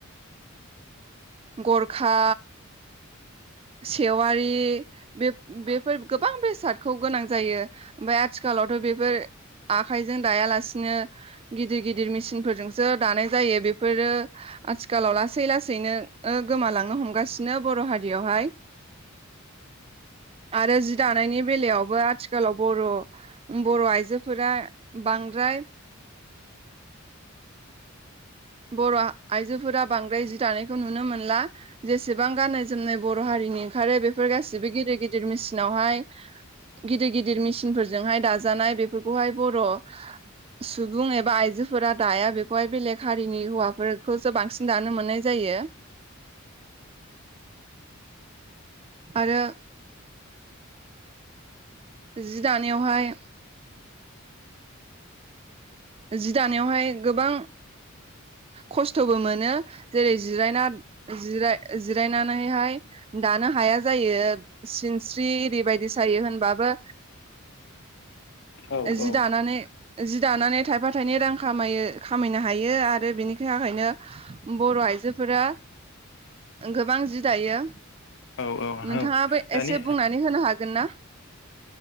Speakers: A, on the right; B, on the left.
A: गरखा सेवारि बे बेफोर गोबां बेसादखौ गोनां जायो ओमफाय आथिखालावथ' बेफोर आखाइजों दायालासिनो गिदिर गिदिर मेसिनफोरजोंसो दानाय जायो बेफोरो आथिखालाव लासै लासैनो गोमालांनो हमगासिनो बर' हारियावहाय आरो जि दानायनि बेलायावबो आथिखालाव बर' बर' आइजोफोरा बांद्राय बर' आइजोफोरा बांद्राय जि दानायखौ नुनो मोनला जेसेबां गाननाय जोमनाय बर' हारिनि ओंखारो बेफोर गासिबो गिदिर गिदिर मेसिनावहाय गिदिर गिदिर मेसिनफोरजोंहाय दाजानाय बेफो खौहाय बर' सुबुं एबा आइजोफोरा दाया बेखौहाय बेले हारिनि हौवाफोरखौसो बांसिन दानो मोननाय जायो आरो जि दानायावहाय जि दानायावहाय गोबां खस्थ'बो मोनो जेरै जिरायना जिरा जिरायना नानैहाय दानो हाया जायो सिनस्रि एरैबायदि सायो होनबाबो
B: औ
A: जि दानानै जि दानानै थायफा थाइनै रां खामायो खामायनो हायो आरो बेनि थाखायनो बर' आइजोफोरा गोबां जि दायो
B: औ औ
A: नोंथाङा
B: औ
A: बो
B: दानि
A: एसे बुंनानै होनो हाग गोनना